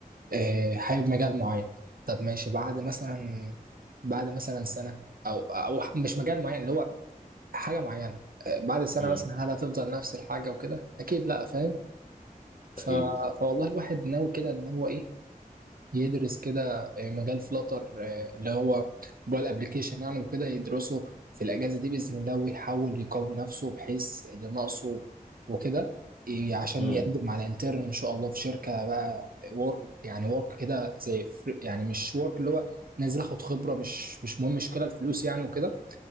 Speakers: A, on the right (about 70°); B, on the left (about 45°).
A: آه، حابب مجال معين طب ماشي بعد مثلا بعد مثلا سنة أو أو مش مجال معين اللي هو حاجة معينة آه، بعد سنة
B: امم
A: مثلا هل هتفضل نفس الحاجة وكده؟ أكيد لأ فاهم؟ ف...
B: اكيد
A: فوالله الواحد ناوي كده إن هو إيه يدرس كده آه، مجال فلاتر آه، اللي هو موبايل ابلكيشن يعني وكده يدرسه في الاجازه دي باذن الله ويحاول يقوي نفسه بحيث اللي ناقصه وكده ي- عشان
B: امم
A: يقدم على انترن ان شاء الله في شركه بقى ورك يعني ورك كده زي فري- يعني مش ورك اللي هو نازل اخد خبره مش مش مهم مش كده الفلوس يعني وكده